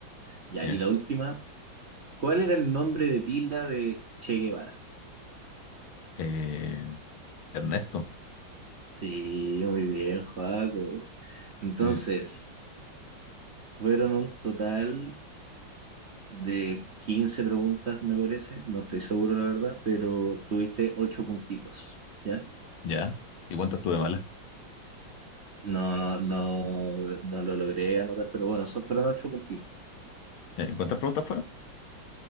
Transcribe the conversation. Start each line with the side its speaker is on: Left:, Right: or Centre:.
Right: Ya,
Left: Ya.
Right: y la última. ¿Cuál era el nombre de pila de Che Guevara?
Left: Eh, Ernesto.
Right: Sí, muy bien, Joaco. Entonces,
Left: Y-
Right: fueron un total de 15 preguntas, me parece. No estoy seguro, la verdad, pero tuviste 8 puntitos, ¿ya?
Left: Ya. ¿Y cuántas tuve malas?
Right: No, no, no, no lo logré anotar, pero bueno, son, fueron 8 puntitos,
Left: Ya, ¿y ¿Cuántas preguntas fueron?